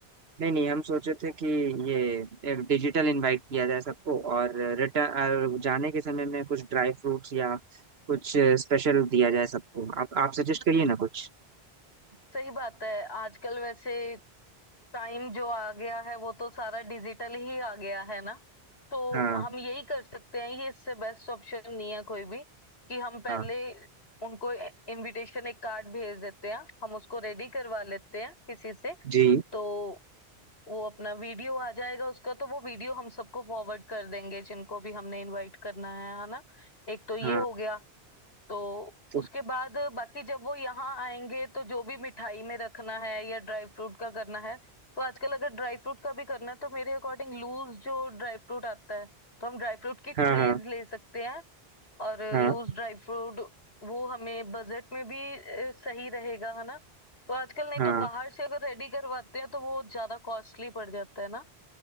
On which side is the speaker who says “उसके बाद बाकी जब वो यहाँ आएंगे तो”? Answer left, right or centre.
Left